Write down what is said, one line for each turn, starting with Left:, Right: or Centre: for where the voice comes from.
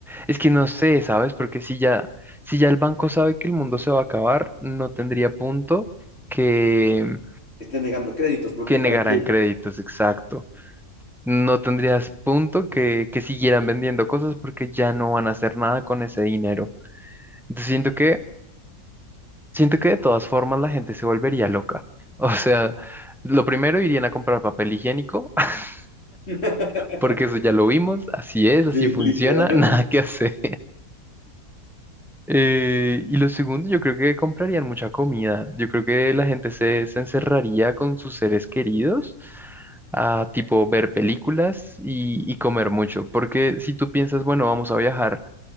Centre: es que no sé, ¿sabes? Porque si ya, si ya el banco sabe que el mundo se va a acabar, no tendría punto que,
Left: estén negando créditos, porque
Centre: que
Left: para
Centre: negaran
Left: qué.
Centre: créditos, exacto. No tendrías punto que, que siguieran vendiendo cosas porque ya no van a hacer nada con ese dinero. Entonces siento que Siento que de todas formas la gente se volvería loca. <laughs> O sea, lo primero irían a comprar papel higiénico, <laughs>
Left: <laughs>
Centre: porque eso ya lo vimos, así es, así
Left: sí,
Centre: funciona,
Left: literal.
Centre: <laughs> nada que hacer. Eh, y lo segundo, yo creo que comprarían mucha comida. Yo creo que la gente se, se encerraría con sus seres queridos a tipo ver películas y, y comer mucho, porque si tú piensas, bueno, vamos a viajar.